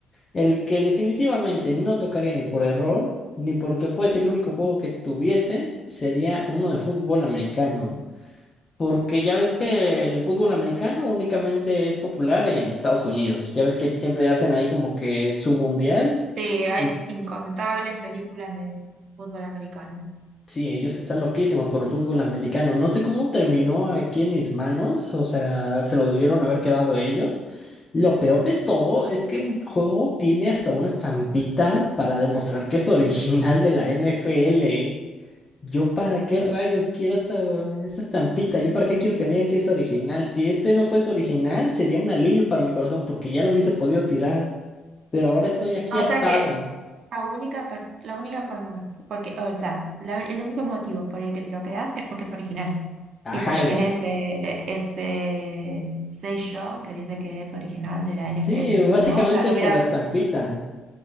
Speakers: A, on the left; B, on the right.
A: el que definitivamente no tocaría ni por error, ni porque fuese el único juego que tuviese, sería uno de fútbol americano. Porque ya ves que el fútbol americano únicamente es popular en Estados Unidos. Ya ves que siempre hacen ahí como que su mundial.
B: Sí, hay
A: y
B: incontables películas de fútbol americano.
A: Sí, ellos están loquísimos por el fútbol americano. No sé cómo terminó aquí en mis manos, o sea, se lo debieron haber quedado ellos. Lo peor de todo es que el juego tiene hasta una estampita para demostrar que es original de la NFL. Yo para qué rayos quiero esta, esta estampita, yo para qué quiero que me diga que es original. Si este no fuese original, sería un alivio para mi corazón porque ya lo hubiese podido tirar, pero ahora estoy aquí
B: O
A: atado.
B: sea que la única, per- la única forma, porque, o sea, la- el único motivo por el que te lo quedas es porque es original
A: Ajá,
B: y porque tiene ese, ese sello que dice que es original de la
A: sí,
B: NFL.
A: básicamente
B: Si no, ya lo
A: por
B: verás.
A: la estampita.